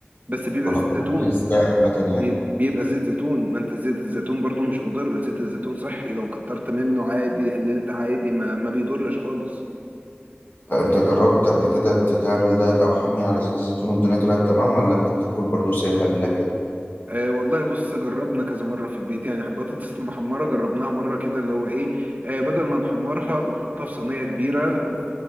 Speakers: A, on the right; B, on the left.
A: بس بيبقى
B: ولا
A: زيت
B: هو بيتعمل
A: زيتون
B: ازاي عامه
A: بيب-
B: يعني
A: بيبقى زيت زيتون ما انت زيت الزيتون برضو مش مضر زيت الزيتون صحي لو كترت منه عادي قللت عادي ما, ما بيضرش خالص
B: انت جربت قبل كده ت- تعمل دايت او حمية على زيت الزيتون والدنيا طلعت تمام ولا انت بتاكل برضو سايبها لله كده
A: آه والله بص جربنا كذا مرة في البيت يعني البطاطس المحمرة جربناها مرة كده اللي هو ايه آه بدل ما نحمرها بنحطها في صينية كبيرة في,